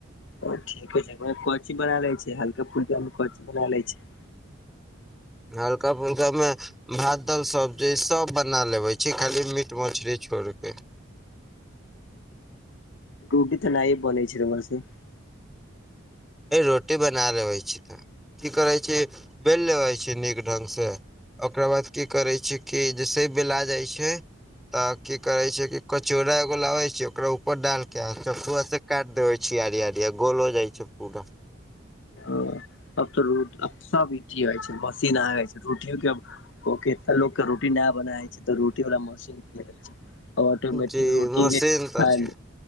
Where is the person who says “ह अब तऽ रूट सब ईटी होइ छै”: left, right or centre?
Left